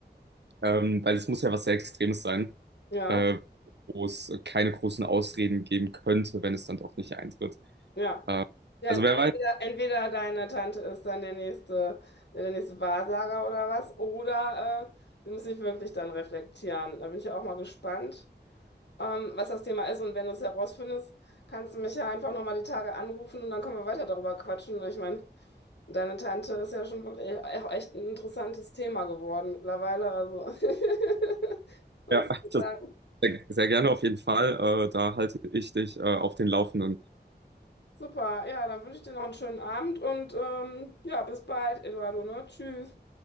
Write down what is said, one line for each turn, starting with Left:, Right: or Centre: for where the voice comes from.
Right: ähm, weil es muss ja was sehr Extremes sein,
Left: Ja.
Right: äh, wo es keine großen Ausreden geben könnte, wenn es dann doch nicht eintritt.
Left: Ja.
Right: Äh,
Left: Ja,
Right: also
Left: entweder,
Right: wer weiß,
Left: entweder deine Tante ist dann der nächste, der nächste Wahrsager oder was, oder äh, sie muss sich wirklich dann reflektieren. Da bin ich ja auch mal gespannt, ähm, was das Thema ist. Und wenn du es herausfindest, kannst du mich ja einfach nochmal die Tage anrufen und dann können wir weiter darüber quatschen. Ich meine, deine Tante ist ja schon wirklich auch echt ein interessantes Thema geworden mittlerweile. Also, <laughs> muss
Right: ja, <laughs>
Left: ich
Right: das
Left: sagen,
Right: sehr, sehr gerne auf jeden Fall. Äh, da halte ich dich äh, auf den Laufenden. <laughs>
Left: super. Ja, dann wünsche ich dir noch einen schönen Abend und ähm, ja, bis bald, Eduardo, ne? Tschüss.